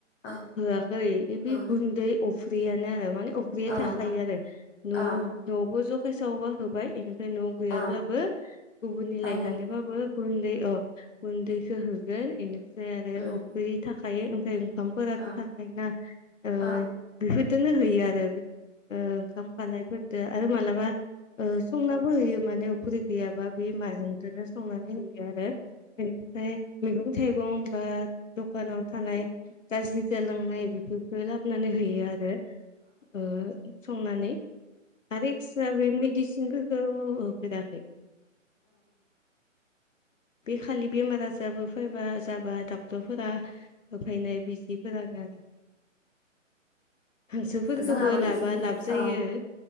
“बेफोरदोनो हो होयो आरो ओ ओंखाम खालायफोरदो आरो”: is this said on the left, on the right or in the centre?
Left